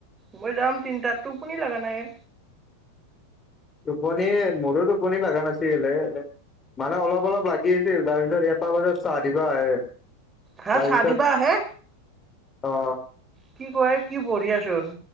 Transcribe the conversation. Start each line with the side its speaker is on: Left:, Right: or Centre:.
Right: মই যাম তিনিটাত টোপুনি লগা নাই এ।
Left: টোপনি মোৰো টোপনি লগা নাছিলে। মানে অলপ অলপ লাগি আছিল তাৰপিছত এটাহ বজাত চাহ দিবা আহে।
Right: হা
Left: তাৰপিছত
Right: চাহ দিবা আহে
Left: অ
Right: কি কয় কি বঢ়িয়াচোন।